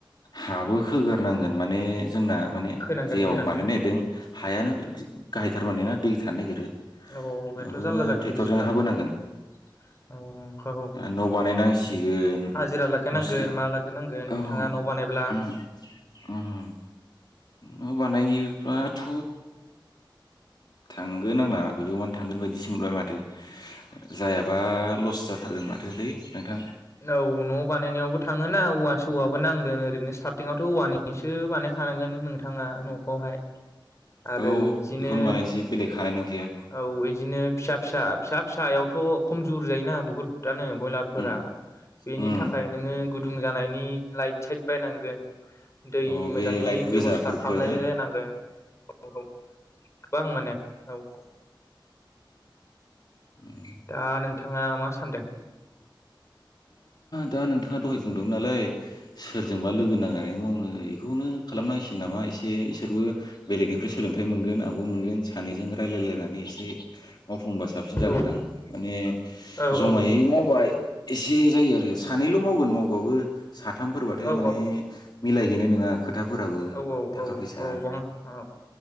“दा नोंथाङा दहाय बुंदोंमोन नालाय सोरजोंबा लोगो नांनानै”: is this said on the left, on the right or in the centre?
Left